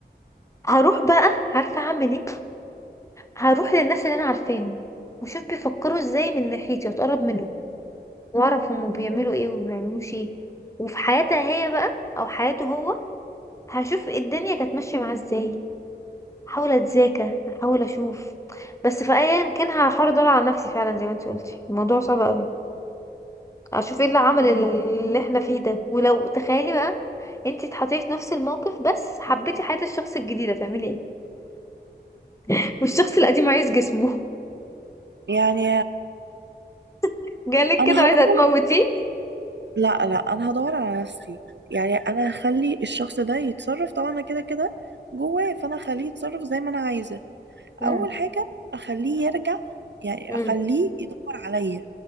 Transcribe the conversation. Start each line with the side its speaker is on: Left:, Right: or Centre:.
Left: هروح بقى عارفه اعمل ايه هروح للناس اللي انا عارفاهم وشوف بيفكروا ازاي من ناحيتي واتقرب منهم واعرف هم بيعملوا ايه وما بيعملوش ايه وفي حياتها هي بقى او حياته هو هشوف الدنيا كانت ماشيه معاه ازاي احاول اتذاكى احاول اشوف بس في ايا كان هحاول ادور على نفسي فعلا زي ما انت قلتي الموضوع صعب قوي اشوف ايه اللي عمل اللي احنا فيه ده ولو تخيلي بقى انتي اتحطيتي في نفس الموقف بس حبيتي حياة الشخص الجديد هتعملي ايه <laughs> والشخص القديم عايز جسمه
Right: يعني
Left: <laughs> جالك
Right: انا
Left: كده
Right: هدور
Left: عايزة تموتيه
Right: لا لا انا هدور على نفسي يعني انا هخلي الشخص ده يتصرف طبعا انا كده كده جواه فانا هخليه يتصرف زي ما انا عايزه اول
Left: امم
Right: حاجه اخليه يرجع يعني
Left: امم
Right: اخليه يدور عليا